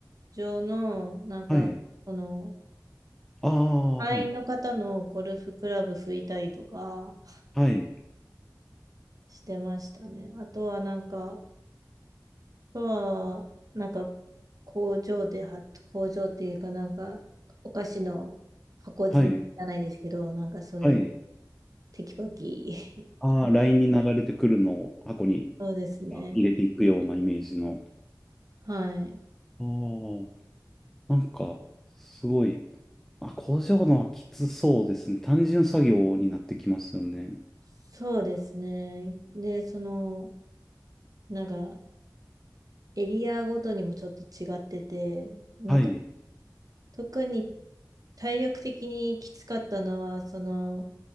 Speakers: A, on the right; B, in the centre.
A: 場の、なんか、
B: はい。
A: その、
B: ああ、
A: 会員の方のゴルフクラブ拭いたりとか
B: はい。はい。
A: してましたね。あとはなんか、とは、なんか、工場では、工場っていうかなんか、お菓子の箱詰めじゃないですけど、
B: はい。
A: なんかそれを
B: はい。
A: テキパキ。<laughs>
B: ああ、LINE に流れてくるのを箱に
A: そうですね。
B: 入れていくようなイメージの。
A: はい。
B: ああ、なんか、すごいあ、工場のはきつそうですね。単純作業になってきますよね。
A: そうですね。で、その、なんか、エリアごとにもちょっと違ってて、なんか、
B: はい、
A: 特に体力的にきつかったのは、その、